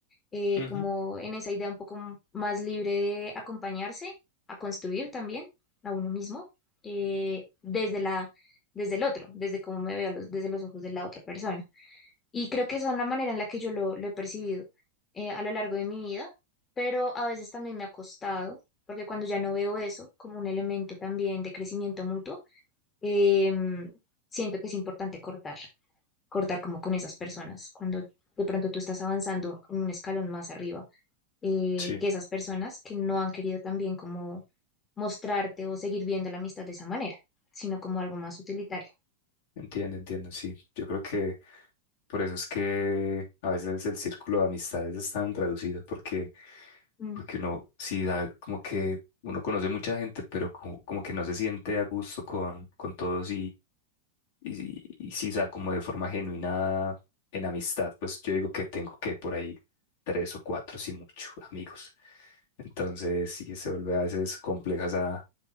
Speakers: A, on the left; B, on the left.
A: eh,
B: ujú,
A: como en esa idea un poco m- más libre de acompañarse, a construir también a uno mismo, eh, desde la, desde el otro, desde cómo me veo, a los- desde los ojos de la otra persona. Y creo que esa es la manera en la que yo lo, lo he percibido eh, a lo largo de mi vida, pero a veces también me ha costado, porque cuando ya no veo eso como un elemento también de crecimiento mutuo, em, siento que es importante cortar, cortar como con esas personas, cuando de pronto tú estás avanzando en un escalón más arriba eh,
B: sí,
A: que esas personas que no han querido también como mostrarte o seguir viendo la amistad de esa manera, sino como algo más utilitario.
B: entiendo, entiendo, sí. Yo creo que por eso es que a veces el círculo de amistades es tan reducido, porque,
A: Mm.
B: porque uno sí da como que uno conoce mucha gente, pero como, como que no se siente a gusto con, con todos Y, y si sea, como de forma genuina en amistad, pues yo digo que tengo que por ahí tres o cuatro, si mucho, amigos. Entonces, sí, se vuelve a veces compleja esa,